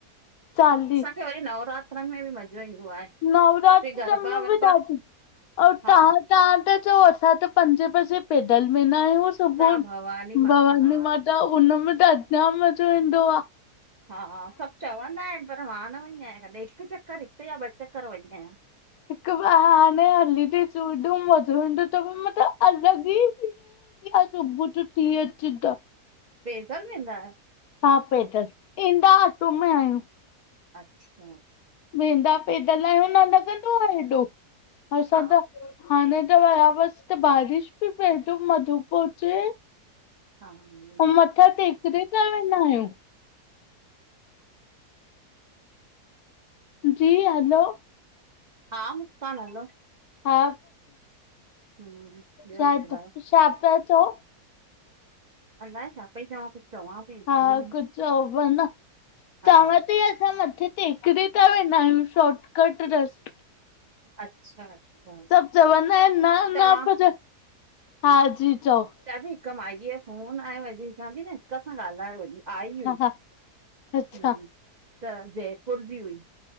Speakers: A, on the left (about 75°); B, on the right (about 55°).
A: चाली
B: मुखे वरी नवरात्रन में बि मॼो ईंदो आहे।
A: नवरात्रन
B: बि गरबा
A: मे
B: वरबा
A: बि ॾाढो, अऊ
B: हा
A: तहां-तहां त चयो असा त पंजे बजे पैदल वेंदा आहियूं सुबुह,
B: तव्हां भवानी माता
A: भवानी
B: हा
A: माता उन में त जाम मॼो ईंदो आ
B: हा, सब चवंदा आहिन पर मां न वई आहियां, कॾहिं हिक चक्कर या ॿ चक्कर वई आहियां।
A: हिकु बहाने हली ॾीसो एड़ो मजो ईंदो त मतलबु अलॻ ई की अॼु सुबुह जो थिय अचज ऐं।
B: पेदल वेंदा आ?
A: हा पैदल, ईंदा आटो में आहियूं।
B: अच्छा
A: वेंदा पैदल आहियूँ न लॻंदो आहे एॾो, असां
B: हा
A: त हाणे त विया वसि त बारिश पी पए, एतिरो मजो पो अचे।
B: हा हा।
A: अऊ मथां टेक देता वेंदा आहियूं। जी हलो
B: हा मुस्कान हलो।
A: हा
B: हम्म ॿियो
A: चाची
B: ॿुधायो
A: छा पिया चओ?
B: अलाए छा पई चवां कुझु चवां पई विसरी
A: हा
B: वियमि
A: कुझु उओब न
B: हा
A: चवां त ई असां मथे टेकरी ता वेंदा आहियूं शॉटकट रस्ते
B: अचछा- अच्छा।
A: सभु चवंदा आहिनि न-
B: तव्हां
A: न पर हा जी चओ?
B: चवां थी हिक माईअ जो फ़ोन आयो अॼु चवां थी न हिक सां ॻाल्हायो अॼु आई हुई।
A: हा हा अच्छा
B: हम त जयपुर जी हुई?